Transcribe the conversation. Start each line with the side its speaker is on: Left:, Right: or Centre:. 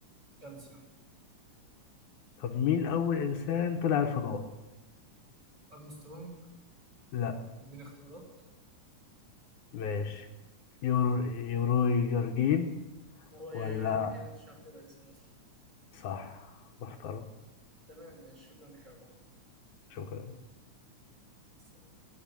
Right: كالسيوم
Left: طب مين اول انسان طلع الفضاء
Right: أرمسترونج
Left: لا
Right: اديني اختيارات
Left: ماشي يور يوروي جورجين
Right: هو يوري
Left: ولا
Right: يوري جيل انت مش عارف تلاقي اسمه أصلاً.
Left: صح محترم
Right: تمام ماشي شكرا لك يا عبد
Left: شكرا
Right: الرحمن